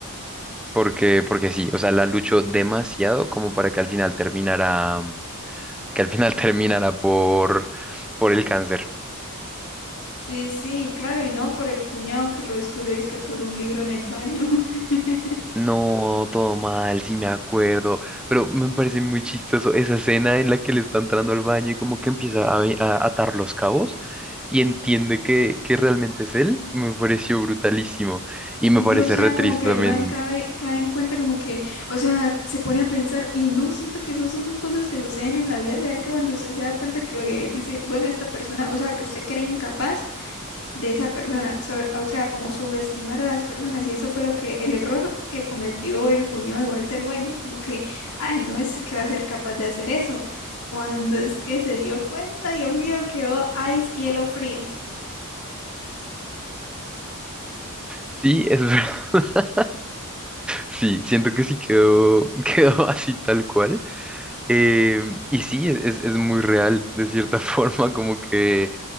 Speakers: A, in the centre; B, on the left.
A: Porque, porque sí, o sea, la luchó demasiado como para que al final terminara, que al final <laughs> terminara por, por el cáncer.
B: Sí, sí, claro, y no por el cuñado que lo descubrió, es que por un libro en el baño. <laughs>
A: No, todo mal, sí me acuerdo, pero me parece muy chistoso esa escena en la que le está entrando al baño y como que empieza a, ve- a atar los cabos y entiende que, que realmente es él, me pareció brutalísimo
B: Sí,
A: y me parece
B: o sea,
A: re triste
B: como que el
A: también.
B: man cabe, cae en cuenta, como que, o sea, se pone a pensar, y no siento que eso son cosas que suceden en la vida real, que cuando usted se da cuenta que eh, dice, bueno, esta persona, o sea, que usted cree incapaz de esa persona, so- o sea, como subestimar a las personas, y eso fue lo que, el error que cometió el cuñado de Walter White, ¿no? Como que, ay, no es que va a ser capaz de hacer eso. Cuando es que se dio cuenta, Dios mío, quedó ice hielo frío.
A: Sí, es verdad. <laughs> Sí, siento que sí quedó, <laughs> quedó así tal cual. Eh, y sí, es, es es muy real, de cierta <laughs> forma, como que,